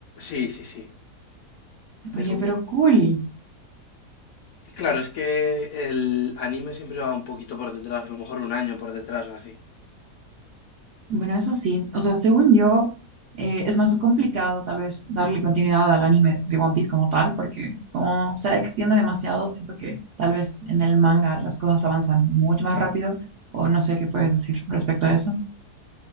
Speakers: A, on the left; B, on the right.
A: Sí, sí, sí, pero
B: Oye, pero cool.
A: claro, es que el anime siempre va un poquito por detrás, a lo mejor un año por detrás o así.
B: Bueno, eso sí, o sea, según yo, eh, es más complicado tal vez darle continuidad al anime de One Piece como tal, porque como se extiende demasiado, siento que tal vez en el manga las cosas avanzan mucho más rápido, o no sé qué puedes decir respecto a eso.